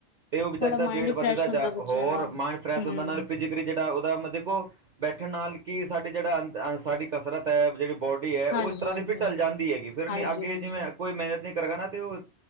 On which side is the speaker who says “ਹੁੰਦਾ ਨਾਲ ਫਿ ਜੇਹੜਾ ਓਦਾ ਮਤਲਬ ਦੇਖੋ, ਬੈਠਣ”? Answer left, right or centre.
Right